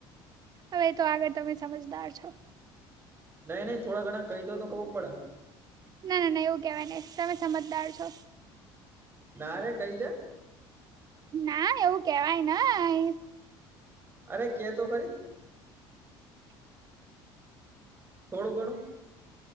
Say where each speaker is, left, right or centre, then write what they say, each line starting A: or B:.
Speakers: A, on the right; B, on the right.
A: હવે તો આગળ તમે સમજદાર છો.?
B: નહી નહીં થોડા ઘણા કહી દો તો ખબર પડે.?
A: ના ના ના એવું કેવાય નહી, તમે સમજદાર છોવ
B: ના રે કઈદે?
A: ના એવું કેવાય નહી.
B: અરે કેતો ખરી? થોડું ઘણું